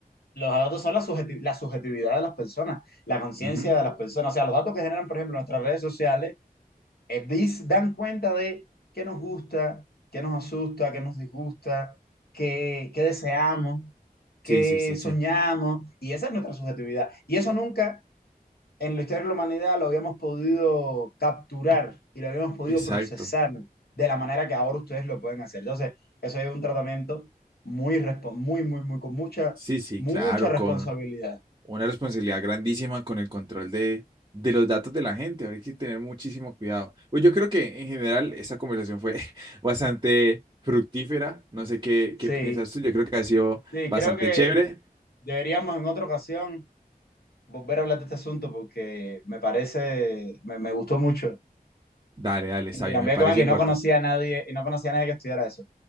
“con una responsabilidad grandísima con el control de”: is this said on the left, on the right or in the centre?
Right